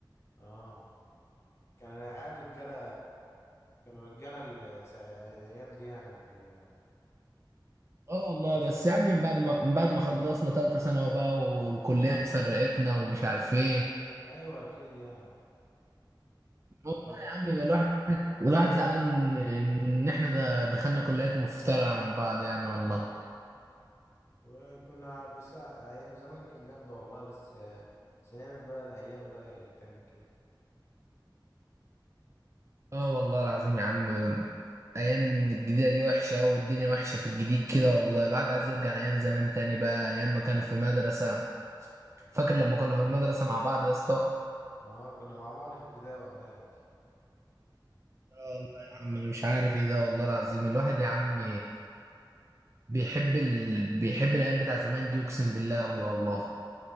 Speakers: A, on the left (about 35°); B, on the right (about 35°).
A: اه كان العيال رجالة كانوا رجالة ال- سا- الأيام دي يعني ال-
B: اه والله
A: الناس
B: بس
A: دي.
B: يا عم من بعد ما من بعد ما خلصنا تالتة ثانوي بقى والكلية اتفرقتنا ومش عارف ايه
A: أيوة أكيد يعني
B: والله
A: و-
B: يا عم يبقى الواحد الواحد زعلان ان احنا ده دخلنا كليات مفترعة عن بعض يعني والله
A: وكنا بس أيام زمان كان جامدة والله بس آه، بس نعمل بقى الأيام بقى هي اللي تعمل كده
B: اه والله العظيم يا عم ايام الجديدة دي وحشة أوي والدنيا وحشة في الجديد كده والله الواحد عايز يرجع لايام زمان تاني بقى ايام ما كان في مدرسة فاكر لما كنا في المدرسة مع بعض يا اسطى
A: اه كنا مع بعض في ابتدائي وإعدادي
B: آه والله يا عم انا مش عارف ايه ده والله العظيم الواحد يا عم بيحب ال... بيحب الايام بتاع زمان دي اقسم بالله أوي والله